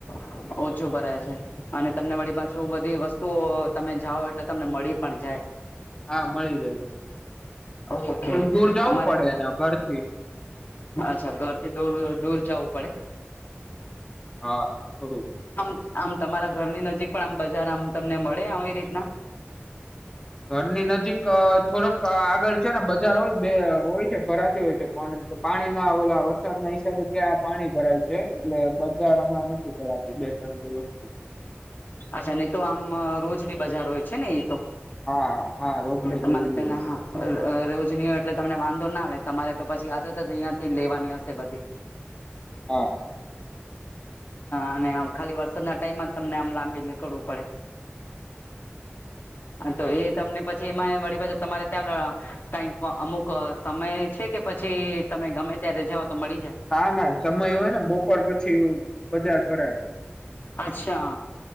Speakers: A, on the left (about 50°); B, on the left (about 20°).
A: <inaudible> ઓછું ભરા છે અને તમને વળી પાછું એ બધી વસ્તુઓ તમે જાઓ એટલે તમને મળી પણ જાય. <inaudible>
B: હા મળી જાય છે
A: ઓકે
B: થોડુંક દૂર જવું
A: અમારે
B: પડે ને ઘર થી
A: અચ્છા ઘરથી દૂર દૂર જવું પડે
B: હા થોડું,
A: આમ આમ તમારા ઘરની નજીક પણ આમ બજાર આમ તમને મળે આવી રીતના
B: ઘરની નજીક થોડક આગળ છે ને બજાર હોય બે હોય છે ભરાતી હોય છે. પણ પાણી ના આવેલા વરસાદ ના હિસાબે ત્યાં પાણી ભરાય છે. છે એટલે બજાર હમણાં નથી ભરાતી બે ત્રણ દ વસ્તુ
A: અચ્છા નહી તો આમ રોજની બજાર હોય છે ને એ તો
B: હા હા રોજની
A: તમારે
B: દેવી
A: તેને
B: હોય.
A: હા રોજની હોય એટલે તમને વાંધો ના આવે તમારે તો પછી આદત જ અહિયાં થી લેવાની હશે બધી
B: હા હા
A: અને ખાલી વરસાદ ના ટાઈમમાં જ તમને આમ લાંબી જ નીકળવું પડે તો એ તમને પછી એમાં વળી પાછ તમારે ત્યાં લ ટાઈમ અમુક સમય છે કે પછી તમે ગમે ત્યારે જાઓ તો મળી જાય
B: નાા ના સમય એ હોય ને બપોર પછી બજાર ભરાય
A: અચ્છા